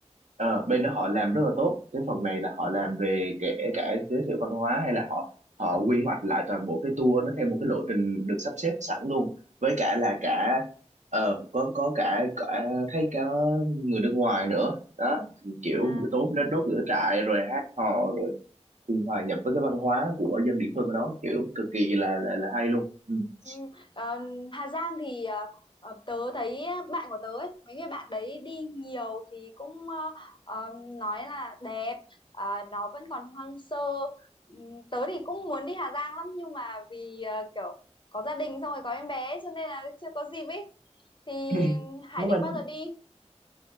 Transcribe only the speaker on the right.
ờ, bên đó họ làm rất là tốt cái phần này là họ làm về kể cả giới thiệu văn hóa hay là họ họ quy hoạch lại toàn bộ cái tour nó theo một cái lộ trình được sắp xếp sẵn luôn với cả
là cả ờ, có có cả, cả thấy cả người nước ngoài nữa đó kiểu
buổi tối nó đốt lửa trại rồi hát hò rồi cùng hòa nhập với cái văn hóa của dân địa phương ở đó kiểu cực kỳ là là là hay luôn ừ. <coughs>
<clears throat>
Nhưng
mà